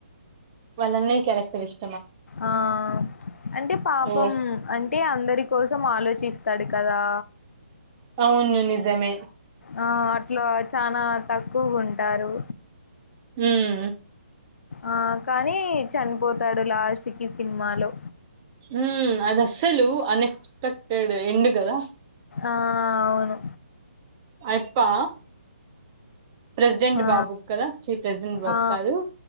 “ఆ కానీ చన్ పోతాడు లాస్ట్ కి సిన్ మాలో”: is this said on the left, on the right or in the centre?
Left